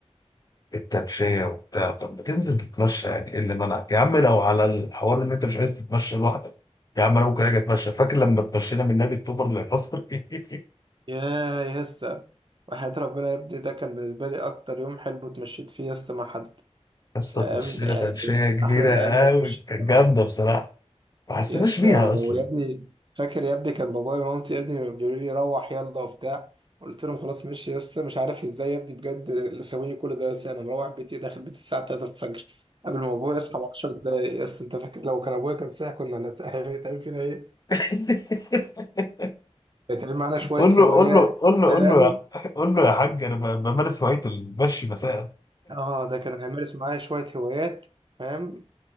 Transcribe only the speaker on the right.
يا يا اسطى وحياة ربنا يا ابني ده كان بالنسبة لي أكتر يوم حلو اتمشيت فيه يس مع حد
فاهم
يعني
كان
أحلى الأيام
اللي أنا اتمشيت
فيها مع
حد.
يس
ويا ابني فاكر يا ابني كان بابايا ومامتي يا ابني بيقولوا لي روح يلا وبتاع قلت لهم خلاص ماشي يس مش عارف ازاي يا ابني بجد اللي سويني كل ده يس أنا مروح بيتي داخل بيتي الساعة 3 الفجر قبل ما أبويا يصحى ب 10 دقايق يس أنت فاكر لو كان أبويا كان صاحي كنا هنت- <laughs> هيتعمل فينا إيه؟
هيتعمل معانا شوية
هوايات
فاهم؟
اه ده كان هيمارس معايا شوية هوايات فاهم